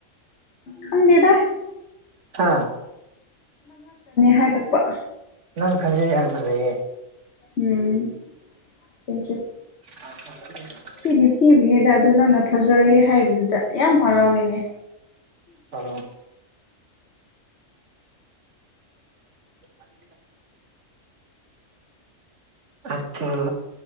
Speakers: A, on the left; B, on the right.
A: ꯍꯪꯗꯦꯗ
B: ꯍꯥꯥ
A: ꯍꯥꯏꯔꯛꯄ
B: ꯅꯪꯈꯖꯩ ꯍꯥꯏ ꯐꯖꯩꯌꯦ
A: ꯎꯝ ꯊꯦꯡꯀꯤ꯭ꯌꯨ
B: ꯑ ꯊꯣ
A: ꯊꯤꯗꯤ ꯊꯤꯕꯅꯤꯗ ꯑꯗꯨ ꯅꯪꯟꯅ ꯐꯖꯩꯌꯦ ꯍꯥꯏꯕꯗꯨꯗ ꯌꯥꯝ ꯍꯔꯥꯎꯏꯅꯦ
B: ꯑꯣ ꯑꯗ ꯑꯆꯦ